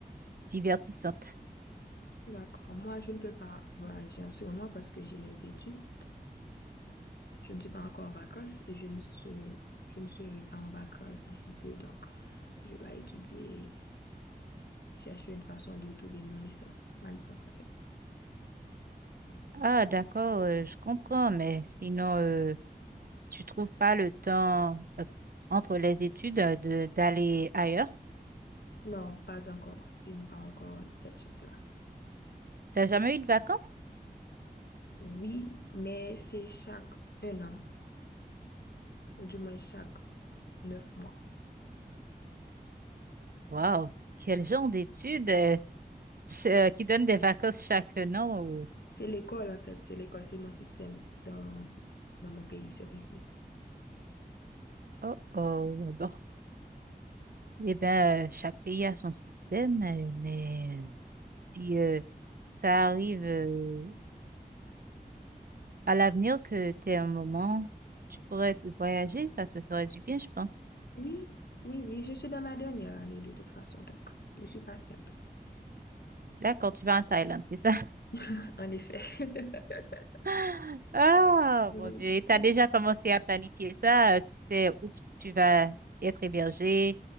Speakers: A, on the right; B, on the left.
A: divertissante
B: D'accord. Moi, je ne peux pas voyager en ce moment parce que j'ai les études. Je ne suis pas encore en vacances et je ne suis, je ne serai pas en vacances d'ici peu. Donc, je dois étudier, chercher une façon de trouver mon licence. Ma licence, en fait.
A: Ah, d'accord, euh, je comprends, mais sinon, euh, tu trouves pas le temps euh, entre les études euh, de d'aller ailleurs?
B: Non, pas encore. Je n'ai pas encore cette chance-là.
A: T'as jamais eu de vacances?
B: Oui, mais c'est chaque un an, ou du moins chaque neuf mois.
A: Waouh, quel genre d'études euh, <laughs> ch- euh, qui donnent des vacances chaque an ou-
B: C'est l'école, en fait. C'est l'école, c'est mon système dans, dans mon pays, c'est ainsi.
A: Oh, oh, ah bon. Eh bien, chaque pays a son système, euh, mais euh, si euh, ça arrive euh, À l'avenir, que tu aies un moment, tu pourrais te voyager, ça te ferait du bien, je pense.
B: Oui, oui, oui, je suis dans ma dernière année de toute façon, donc je suis patiente,
A: D'accord, tu vas en Thaïlande, c'est ça?
B: <laughs> en effet. <laughs>
A: <laughs> Ah,
B: je-
A: mon Dieu, et t'as déjà commencé à planifier ça, euh, tu sais où tu tu vas être hébergé,